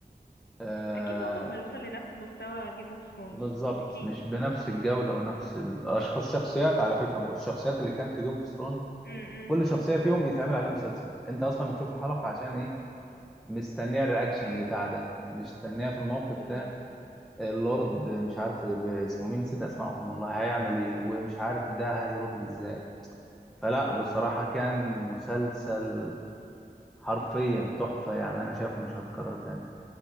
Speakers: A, in the centre; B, on the left (about 85°).
A: آه،
B: اكيد عمره ما يوصل لنفس مستوى جيم اوف ثرونز
A: بالظبط
B: اكيد
A: مش بنفس الجودة ونفس الأشخاص الشخصيات على فكرة ما هو الشخصيات اللي كانت في جيم اوف ثرونز
B: امم
A: كل شخصية فيهم يتعمل عليه مسلسل أنت أصلا بتشوف الحلقة عشان إيه مستنية الرياكشن
B: امم
A: بتاع ده مستنية في الموقف
B: بالظبط
A: ده اللورد مش عارف اسمه مين نسيت أسمائهم والله هيعمل إيه ومش عارف ده هيرد إزاي فلا
B: بالظبط
A: بصراحة كان مسلسل حرفيا تحفة يعني أنا شايفه مش هتكرر تاني